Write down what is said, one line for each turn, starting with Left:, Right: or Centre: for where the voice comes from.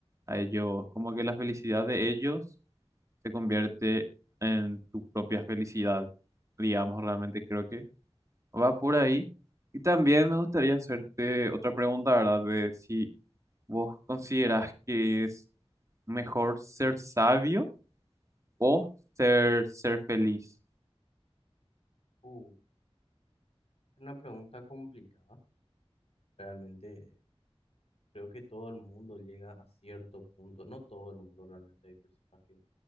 Right: a ellos, como que la felicidad de ellos se convierte en tu propia felicidad, digamos, realmente creo que... Va por ahí. Y también me gustaría hacerte otra pregunta, ¿verdad? De si vos considerás que es mejor ser sabio o ser, ser feliz.
Left: Uh, es una pregunta complicada. Realmente creo que todo el mundo llega a cierto punto, no todo el mundo realmente, hay personas que